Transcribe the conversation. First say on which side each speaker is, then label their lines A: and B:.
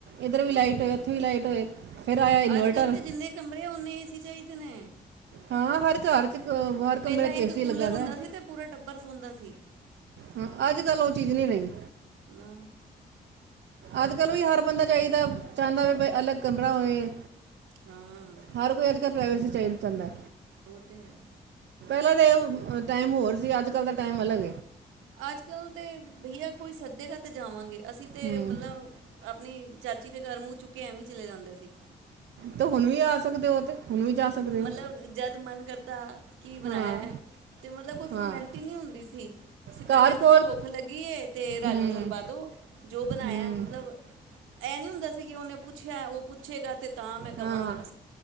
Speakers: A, on the right (about 70°); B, on the right (about 85°).
A: ਇੱਧਰ ਵੀ
B: ਉਹ
A: ਲਾਈਟ
B: ਤੇ ਹੈ
A: ਹੋਏ ਉੱਥੇ ਵੀ ਲਾਈਟ ਹੋਏ ਫਿਰ ਆਇਆ ਇਨਵਰਟਰ
B: ਅੱਜ ਕੱਲ ਤੇ ਜਿੰਨੇ ਕਮਰੇ ਓਨੇ ਏਸੀ ਚਾਹੀਦੇ ਨੇ
A: ਹਾਂ ਹਰ ਘਰ ਚ ਕ- ਹਰ
B: ਪਹਿਲਾਂ
A: ਕਮਰੇ 'ਚ
B: ਇੱਕ
A: ਏਸੀ
B: ਕੂਲਰ
A: ਲੱਗਾ ਦਾ
B: ਹੁੰਦਾ
A: ਹੈ
B: ਸੀ ਤੇ ਪੂਰਾ ਟੱਬਰ ਸੌਦਾ ਸੀ
A: ਹਾਂ ਅੱਜ ਕੱਲ ਉਹ ਚੀਜ਼ ਨੀ ਰਹੀ
B: ਨਾ ਆਹੋ,
A: ਅੱਜ ਕੱਲ ਵੀ ਹਰ ਬੰਦਾ ਚਾਹੀਦਾ ਚਾਹੁੰਦਾ ਵੀ ਬਈ ਅਲੱਗ ਕਮਰਾ ਹੋਏ
B: ਹਾਂ,
A: ਹਰ ਕੋਈ ਅੱਜ ਕੱਲ੍ਹ ਪ੍ਰਾਈਵੇਸੀ ਤੇੇਲ ਚੰਦਾ
B: ਹੋਤੇ ਹੈ
A: ਪ ਟਾਈਮ ਹੋਰ ਸੀ ਅੱਜ ਕੱਲ ਦਾ ਟਾਈਮ ਅਲੱਗ
B: ਅੱਜ ਕੱਲ ਤੇ ਬਈਆ ਕੋਈ ਸੱਦੇਗਾ ਤੇ ਜਾਵਾਂਗੇ ਅਸੀਂ ਤਾਂ
A: ਹੂੰ
B: ਮਤਲਬ ਅ ਚਾਚੀ ਦੇ ਘਰ ਮੂੰਹ ਚੁੱਕ ਐਵੇਂ ਚਲੇ ਜਾਂਦੇ ਪੀ
A: ਤੇ ਹੁਣ ਵੀ ਆ ਸਕਦੇ ਹੋ ਤੇ ਹੁਣ ਵੀ ਜਾ ਸਕਦੇ
B: ਮਤਲਬ
A: ਹੋ
B: ਜਦ ਮਨ ਕਰਦਾ ਤਾਂ ਕੀ ਬਣਾਇਆ
A: ਹਾਂ
B: ਹੈ ਅਤੇ ਮਤਲਬ ਕੋਈ
A: ਹਾਂ
B: ਫੋਰਮੈਲਿਟੀ ਨਹੀਂ ਹੁੰਦੀ ਸੀ ਸਿੱਧਾ
A: ਕਾਰ
B: ਕਹਿ ਦਿੰਣਾ
A: ਕੋਲ
B: ਭੁੱਖ ਲੱਗੀ ਹੈ ਅਤੇ ਰਾਜਮਾਂ
A: ਹੂੰ
B: ਚੌਲ ਪਾ ਦਿਉ ਜੋ ਬਣਾਇਆ
A: ਹੂੰ
B: ਮਤਲਬ ਇਹ ਨੀ ਹੁੰਦਾ ਸੀ ਕਿ ਉਹਨੇ ਪੁੱਛਿਆ ਉਹ ਪੁੱਛੇਗਾ ਤੇ ਤਾਂ ਮੈਂ ਕਹਾਂਗਾ
A: ਹਾਂ